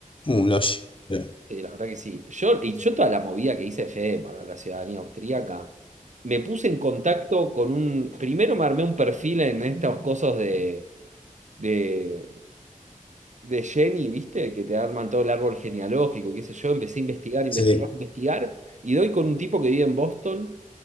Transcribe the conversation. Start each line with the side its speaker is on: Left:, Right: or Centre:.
Left: Un logi. Sí,
Right: sí, la verdad que sí. Yo, y yo toda la movida que hice fe para la ciudadanía austríaca, me puse en contacto con un. Primero me armé un perfil en estas cosas de. de de Jenny, ¿viste? Que te arman todo el árbol genealógico, qué sé yo. Empecé a investigar, investigar,
Left: sí,
Right: investigar. Y doy con un tipo que vive en Boston,